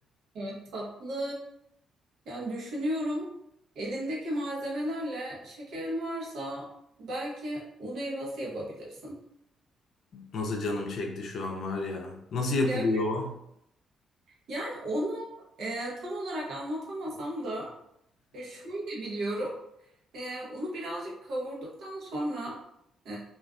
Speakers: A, on the right (about 75°); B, on the left (about 60°).
A: Evet tatlı yani düşünüyorum elindeki malzemelerle şekerin varsa belki un helvası yapabilirsin.
B: Nasıl canım çekti şu an var ya. Nasıl yapılıyor
A: Gerçek
B: o?
A: yani onu e, tam olarak anlatamasam da E, şöyle biliyorum. E, unu birazcık kavurduktan sonra e,